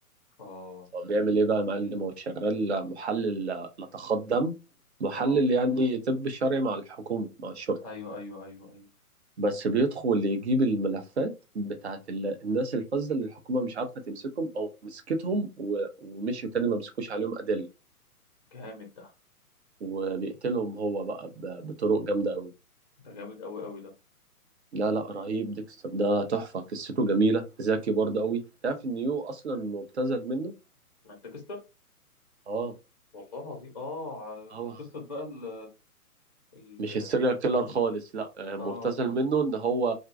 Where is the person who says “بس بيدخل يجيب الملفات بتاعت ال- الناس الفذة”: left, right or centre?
Right